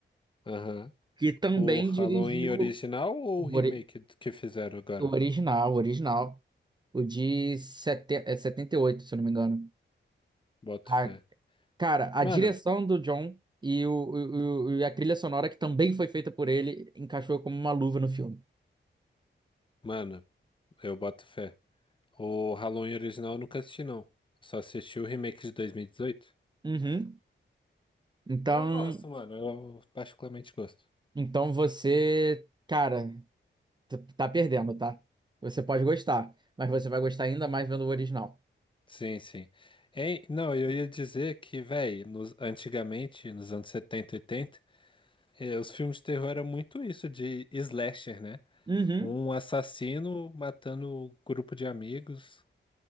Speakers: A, on the left (about 25°); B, on the right (about 20°).
A: Aham.
B: que também
A: O Halloween
B: dirigiu
A: original ou
B: o,
A: o remake
B: ori-
A: do que fizeram agora?
B: o original, o original, o de sete- é, 78, se eu não me engano.
A: Boto
B: A,
A: fé.
B: cara, a
A: Mano,
B: direção do John e, o, o- o- e a trilha sonora, que também foi feita por ele, encaixou como uma luva no filme.
A: mano, eu boto fé. O Halloween original eu nunca assisti, não. Eu Só assisti o remake de 2018.
B: Uhum. Então,
A: E eu gosto, mano. Eu particularmente gosto.
B: então você, cara, t- tá perdendo, tá? Você pode gostar, mas você vai gostar ainda mais vendo o original.
A: Sim, sim. Hein? Não, eu ia dizer que, velho, nos, antigamente, nos anos setenta oitenta eh, os filmes de terror eram muito isso, de slasher, né?
B: Uhum.
A: Um assassino matando um grupo de amigos